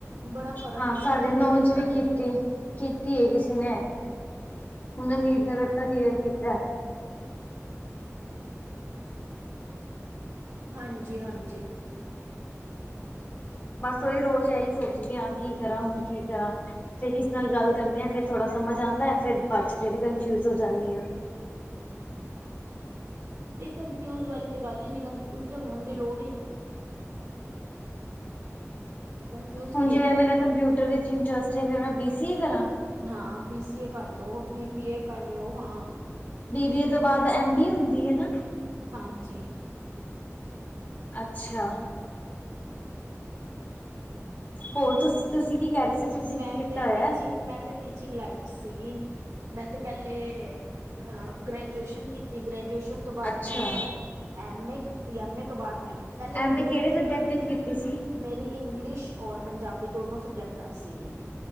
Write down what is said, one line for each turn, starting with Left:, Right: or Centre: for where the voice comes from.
Right: ਬੜਾ ਫ਼ਰਕ
Left: ਹਾਂ
Right: ਏ ਭੈਣ
Left: ਸਾਡੇ
Right: ਜੀ
Left: ਨੋਨ
Right: ਪੜ੍ਹਾਈ
Left: 'ਚ ਵੀ
Right: ਦਾ ਤੇ
Left: ਕੀਤੀ। ਕੀਤੀ ਏ ਕਿਸੇ ਨੇ, ਓਨੇ ਨੀਟ ਦਾ ਪੇਪਰ ਕਲੀਅਰ ਕੀਤਾ।
Right: ਹਾਂਜੀ ਹਾਂਜੀ।
Left: ਬਸ ਓਹੜਈ ਰੋਜ਼ ਐਈ ਸੋਚਦੀ ਆਂ, ਕੀ ਕਰਾਂ ਹੁਣ ਕੀ ਕਰਾਂ? ਫੇਰ ਕਿਸੇ ਨਾਲ ਗੱਲ ਕਰਨੀ ਆ, ਫੇਰ ਥੋੜਾ ਸਮਝ ਆਂਦਾ, ਫੇਰ ਬਾਦ 'ਚ ਫੇਰ ਕਨਫਿਊਜ ਹੋ ਜਾਂਨੀ ਆ।
Right: ਤੇ ਕਨਫਿਊਜ ਵਾਲੀ ਤੇ ਗੱਲ ਈ ਨੀ, ਕਨਫਿਊਜ ਤੇ ਹੋਣ ਦੀ ਲੋੜ ਈ ਨੀ।
Left: <unintelligible>
Right: ਕਨਫਿਊਜ
Left: ਹੁਣ
Right: ਕੀ
Left: ਜੇੜਾ
Right: ਹੋਣਾ
Left: ਮੇਰਾ
Right: ਤੁਸੀਂ
Left: ਕੰਪਿਊਟਰ ਵਿਚ ਇੰਟਰਸਟ ਹੈਗਾ, ਮੈਂ ਬੀ ਸੀ ਏ ਕਰਾਂ।
Right: ਹਾਂ ਬੀ ਸੀ ਏ ਕਰ ਲੋ, ਬੀਬੀਏ ਕਰ ਲੋ ਹਾਂ।
Left: ਬੀਬੀ ਏ ਤੋਂ ਬਾਦ ਐਮ ਬੀਏ ਹੁੰਦੀ ਏ ਨਾ।
Right: ਹਾਂਜੀ।
Left: ਅੱਛਾ। ਹੋਰ ਤੁਸ ਤੁਸੀਂ ਕੀ ਕਰ ਰੇ ਸੀ? ਤੁਸੀਂ
Right: ਮੈਂ
Left: ਕੀ ਕੀਤਾ
Right: ਤੇ
Left: ਹੋਇਆ
Right: ਟੀਚਿੰਗ ਮੈਂ ਤੇ ਟੀਚਿੰਗ ਲਾਈਨ 'ਚ ਸੀਗੀ, ਮੈਂ ਤੇ ਪੈਲੇ ਆ ਗ੍ਰੈਜੂਏਸਨ ਕੀਤੀ, ਗ੍ਰੈਜੂਏਸ਼ਨ ਤੋਂ ਬਾਦ
Left: ਅੱਛਾ
Right: ਮੈਂ ਐਮ ਏ ਕੀਤੀ, ਐਮ ਏ ਤੋਂ ਬਾਦ ਮੈਂ ਪੈਲੇ ਮੈਂ
Left: ਐਮ ਏ
Right: ਬੀ
Left: ਕਿਹੜੇ
Right: ਐਡ ਕੀਤੀ।
Left: ਸਬਜੈਕਟ 'ਚ ਕੀਤੀ ਸੀ?
Right: ਮੇਰੀ ਇੰਗਲਿਸ਼ ਔਰ ਪੰਜਾਬੀ ਦੋਨੋ ਸਬਜੈਕਟਾਂ 'ਚ ਸੀਗੀ।